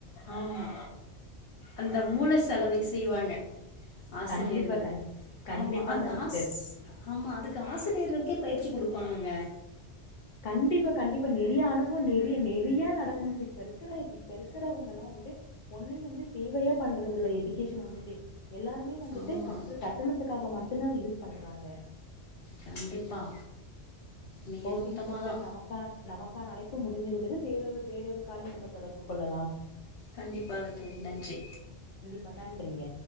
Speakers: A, on the left; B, on the left.
A: ஆம்மா அந்த மூள்ள செலவை செய்வாங்க ஆசிரியர்கள்
B: கண்டிப்பா கண் கண்டிப்பாங்க
A: ஆம்மா அது
B: சிஸ்டர்
A: ஆஸ் அம்மா அதுக்கு ஆசிரியர்களுக்கே பயிற்சி கொடுப்பாங்கங்க
B: கண்டிப்பா கண்டிப்பா நிறைய அனுபவம் நிறைய நிறைய நடக்கும் இப்ப இருக்கற இப்ப இருக்கிறவங்க எல்லாம் வந்து ஒன்லி வந்து சேவையா பண்றதுல்ல எஜுகேஷன் வந்துட்டு எல்லாருமே வந்துட்டு
A: ஆமா
B: கற்று கட்டண க்காக மட்டும்தான் யூஸ் பண்றாங்க
A: கண்டிப்பா மேலோட்டமா
B: ஓகேங்க சிஸ்டர்
A: தா
B: நமக்க நம க்காண அழைப்பு முடிந்துவிட்டது வேறொரு வேறொரு காலையில் நம்ம தொடர்பு கொள்ளலாம்
A: கண்டிப்பாக தோழி நன்றி
B: அப்ப நன்றிங்க